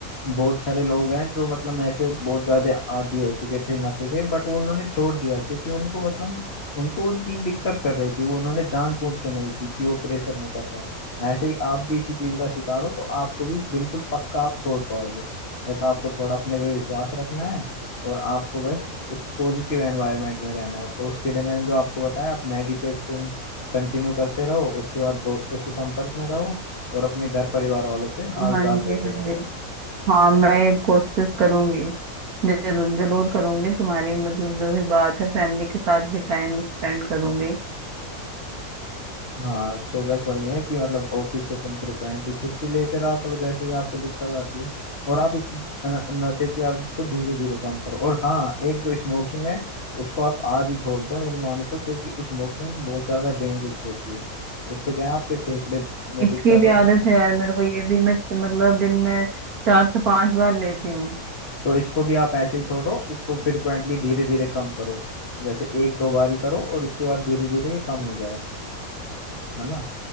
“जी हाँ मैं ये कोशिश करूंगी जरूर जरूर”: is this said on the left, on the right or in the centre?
Right